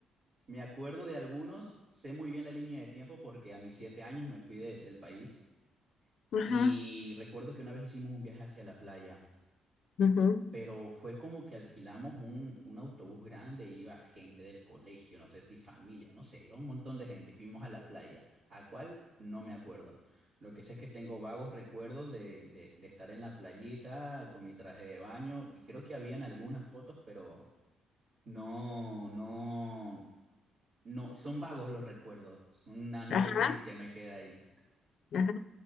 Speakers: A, on the right; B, on the left.
A: Me acuerdo de algunos, sé muy bien la línea de tiempo porque a mis siete años me fui de- del país
B: Ajá.
A: y recuerdo que una vez hicimos un viaje hacia la playa,
B: Ujú.
A: pero fue como que alquilamos un, un autobús grande, iba gente del colegio, no sé si familia, no sé, iba un montón de gente y fuimos a la playa, a cual no me acuerdo. Lo que sé es que tengo vagos recuerdos de, de de estar en la playita con mi traje de baño y creo que habían algunas fotos, pero... No, no, no, son vagos los recuerdos, son una nube
B: Ajá,
A: gris que me queda ahí.
B: ajá.